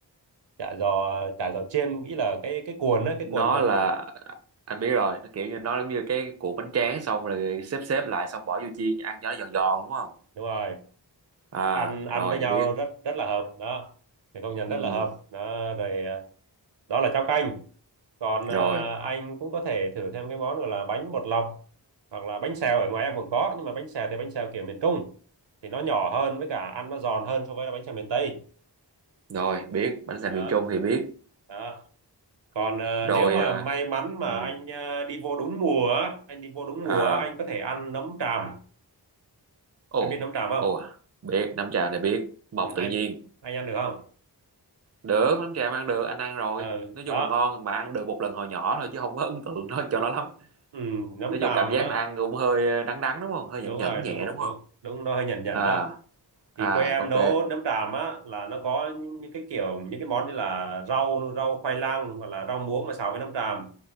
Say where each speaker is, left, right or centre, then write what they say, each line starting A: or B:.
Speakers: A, on the right (about 80°); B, on the right (about 40°).
A: chả giò à, chả giò chiên nghĩ là cái cái cuộn đó cái
B: nó
A: cuộn mà
B: là anh biết rồi nó kiểu như nó giống như cái củ bánh tráng xong rồi xếp xếp lại xong bỏ vô chiên ăn cho nó giòn giòn đúng không
A: đúng rồi
B: à
A: ăn ăn
B: rồi
A: với nhau
B: biết
A: rất rất là hợp đó thì công nhận
B: ừ
A: rất là hợp đó rồi à, đó là cháo canh còn
B: rồi
A: à, anh cũng có thể thử thêm cái món gọi là bánh bột lọc hoặc là bánh xèo ở ngoài em cũng có nhưng mà bánh xèo thì bánh xèo kiểu miền Trung thì nó nhỏ hơn với cả ăn nó giòn hơn so với là bánh xèo miền Tây
B: rồi
A: ừ.
B: biết bánh xèo
A: đó
B: miền Trung thì biết
A: đó còn à,
B: rồi
A: nếu mà
B: ờ,
A: may mắn mà
B: ừ
A: anh à, đi vô đúng mùa á, anh đi vô đúng
B: à
A: mùa á, anh có thể ăn nấm tràm
B: ồ
A: anh biết nấm tràm không
B: ồ biết nấm trà này biết mọc
A: ừ,
B: tự
A: anh
B: nhiên
A: anh ăn được không
B: được nấm trà mà ăn được anh ăn rồi
A: Ờ,
B: nói
A: đó
B: chung là ngon mà ăn được một lần hồi nhỏ thôi chứ không có ấn tượng nó cho nó lắm
A: ừ, nấm
B: nói
A: tràm
B: chung cảm giác
A: á,
B: là ăn cũng hơi ờ, đắng đắng đúng không hơi nhẫn
A: đúng
B: nhẫn
A: rồi
B: nhẹ
A: đúng
B: đúng
A: đúng
B: không
A: đúng nó hơi nhẩn nhẩn
B: à
A: á
B: à
A: thì quê em
B: ok
A: nấu nấm tràm á là nó có những cái kiểu những cái món như là rau rau khoai lang hoặc là rau muống mà xào với nấm tràm